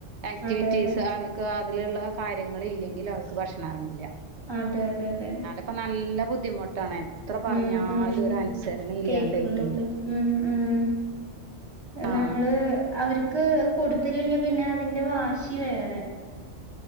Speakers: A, on the right (about 70°); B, on the right (about 20°).
A: ആക്ടിവിറ്റീസ്
B: അതെ അതെ
A: അവർക്ക് അതില്ള്ള കാര്യങ്ങൾ ഇല്ലെങ്കില് അവർക്ക് ഭക്ഷണം എറങ്ങില്ല.
B: ആഹ് അതെ തേ തേ
A: ഇപ്പം നല്ലെ ബുദ്ധിമുട്ടാണ്. എത്ര പറഞ്ഞാലും
B: ഉം ഉം
A: ഒരു അൻസരണ ഇല്ലാണ്ടായിട്ട്ണ്ട്.
B: കേക്കുന്നില്ല ഉം ഉം
A: ആഹ്
B: നമ്മള് അവര്ക്ക് കൊടുത്തില്ലെങ്കിൽ പിന്നെ അതിന്റെ വാശി വേറെ